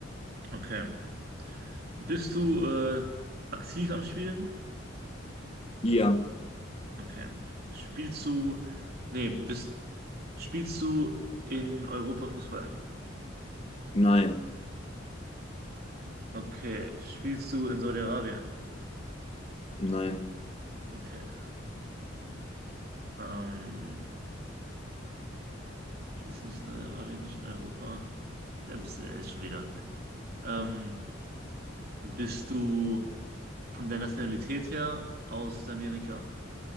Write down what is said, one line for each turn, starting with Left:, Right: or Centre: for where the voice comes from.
Right: Okay. Bist du äh, aktiv am Spielen?
Left: Ja,
Right: Okay. Spielst du, nee, bist, spielst du in Europa Fußball?
Left: nein,
Right: Okay. Spielst du in Saudi-Arabien?
Left: nein,
Right: Okay. Ähm, spielst du nicht in Saudi-Arabien, nicht in Europa? Wer bist du denn jetzt schon wieder? Ähm, bist du von der Nationalität her aus Südamerika?